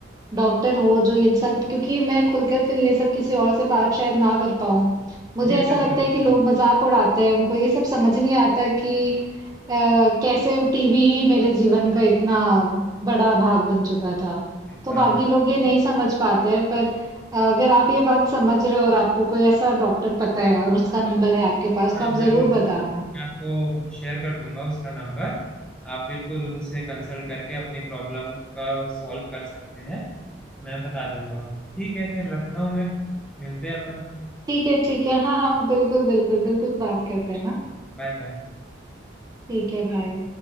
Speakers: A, on the right; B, in the centre.
A: डॉक्टर हो जो ये सब क्योंकि मैं खुलकर फिर ये सब किसी और से बात शायद ना कर पाऊँ। मुझे
B: जी
A: ऐसा
B: जरूर
A: लगता है
B: जरूर
A: कि लोग मज़ाक उड़ाते हैं, उनको ये सब समझ नहीं आता कि अ, कैसे टीवी ही मेरे जीवन का इतना बड़ा भाग बन चुका था। तो
B: था
A: बाकी लोग ये नहीं समझ पाते हैं पर अ, अगर आप ये बात समझ रहे हो और आपको कोई ऐसा डॉक्टर पता है और उसका नंबर है आपके पास
B: हाँ
A: तो आप
B: जरूर
A: जरूर बताना
B: मैं आपको शेयर कर दूंगा उसका नंबर आप बिल्कुल उनसे कंसल्ट करके अपनी प्रॉब्लम का सॉल्व कर सकते हैं मैं बता दूंगा ठीक है फिर रखता हूँ मैं मिलते हैं अपन
A: ठीक है ठीक है हाँ हाँ बिल्कुल बिल्कुल बिल्कुल बात करते हैं ना
B: Bye bye
A: ठीक है बाय